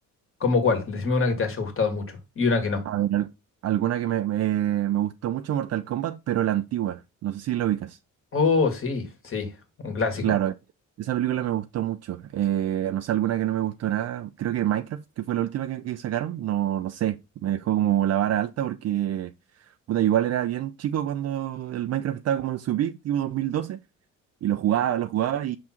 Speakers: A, on the left (about 45°); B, on the right (about 55°).
A: ¿Cómo cuál? Decime una que te haya gustado mucho y una que no.
B: A ver, al- alguna que me, me- me gustó mucho Mortal Kombat, pero la antigua. No sé si la ubicas.
A: Oh, sí, sí, un clásico,
B: Claro, esa película me gustó mucho. Eh, no sé, alguna que no me gustó nada. Creo que Minecraft, que fue la última que, que sacaron. No, no sé, me dejó como la vara alta porque, puta, igual era bien chico cuando el Minecraft estaba como en su peak, tipo dos mil doce Y lo jugaba, lo jugaba y,